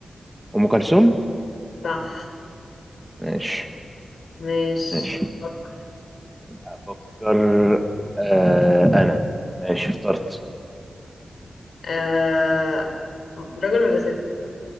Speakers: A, in the centre; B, on the left.
A: ام كلثوم
B: صح
A: ماشي
B: مش
A: ماشي
B: فكر
A: افكر أه، انا ماشي اخترت
B: آه، راجل ولا ست